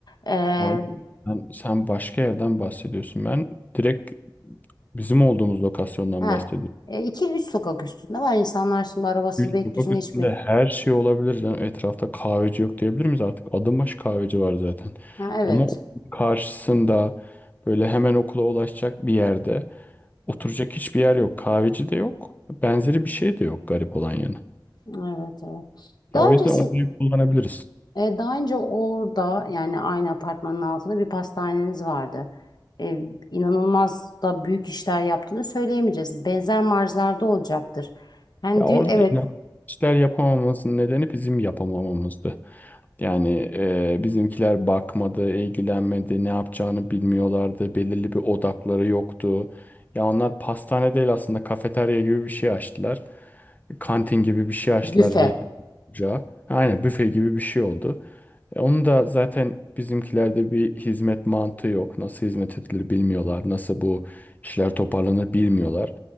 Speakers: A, on the left; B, on the left.
A: E,
B: Ay, sen, sen başka yerden bahsediyorsun. Ben direkt bizim olduğumuz lokasyondan
A: ha,
B: bahsediyorum.
A: e, iki üç sokak üstünde var. İnsanlar şimdi arabasız
B: Üç
A: Beylikdüzü'nde
B: sokak üstünde
A: hiçbir.
B: her şey olabilir. Yani etrafta kahveci yok diyebilir miyiz artık? Adım başı kahveci var zaten.
A: Ha, evet.
B: Ama okulun karşısında böyle hemen okula ulaşacak bir yerde oturacak hiçbir yer yok. Kahveci de yok. Benzeri bir şey de yok garip olan yanı.
A: Evet evet. Daha
B: Ya o
A: önce
B: yüzden
A: si-
B: orayı kullanabiliriz.
A: E, daha önce orada yani aynı apartmanın altında bir pastaneniz vardı. E, inanılmaz da büyük işler yaptığını söyleyemeyeceğiz. Benzer marjlarda olacaktır. Yani
B: Ya orada
A: diyor evet
B: işler yapamamamızın nedeni bizim yapamamamızdı. Yani e, bizimkiler bakmadı, ilgilenmedi, ne yapacağını bilmiyorlardı, belirli bir odakları yoktu. Ya onlar pastane değil aslında kafeterya gibi bir şey açtılar. Kantin gibi bir şey açtılar
A: büfe.
B: ca. Aynen büfe gibi bir şey oldu. E, Onu da zaten bizimkilerde bir hizmet mantığı yok. Nasıl hizmet edilir bilmiyorlar. Nasıl bu işler toparlanır bilmiyorlar.